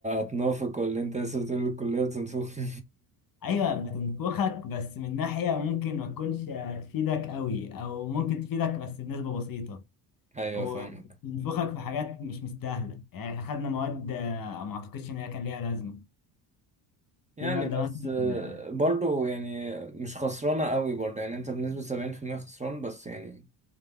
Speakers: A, on the right; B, on the left.
A: هتنافق ولا انت لسه بتقول الكليه بتنفخ
B: ايوه بتنفخك بس من ناحيه ممكن ما تكونش هتفيدك قوي او ممكن تفيدك بس بنسبه بسيطه
A: <laughs> ايوه
B: وبنفخك
A: فاهمك
B: في حاجات مش مستاهله يعني احنا خدنا مواد آه، ما اعتقدش ان هي كان ليها لازمه
A: يعني
B: في ماده
A: بس
B: مثلا
A: آه،
B: آه،
A: برضو يعني مش خسرانة قوي برضو يعني انت بنسبة سبعين في المية خسران بس يعني